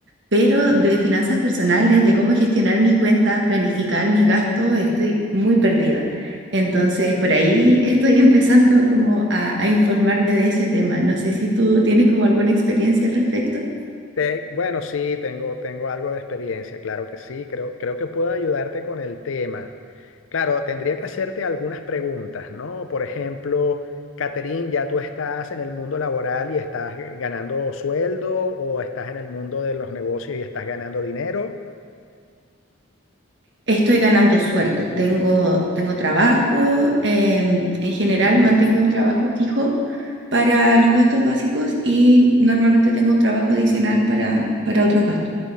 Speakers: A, on the right; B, on the left.
A: pero de finanzas personales, de cómo gestionar mis cuentas, planificar mis gastos, estoy muy perdida. Entonces, por ahí estoy <laughs> empezando como a, a informarme de ese tema. No sé si tú tienes como alguna experiencia al respecto.
B: Te- bueno, sí, tengo, tengo algo de experiencia, claro que sí, creo, creo que puedo ayudarte con el tema. Claro, tendría que hacerte algunas preguntas, ¿no? Por ejemplo, Caterín, ¿ya tú estás en el mundo laboral y estás ganando sueldo o estás en el mundo de los negocios y estás ganando dinero?
A: Estoy ganando sueldo, tengo, tengo trabajo, em, en general mantengo un trabajo fijo para los gastos básicos y normalmente tengo un trabajo adicional para, para otros gastos.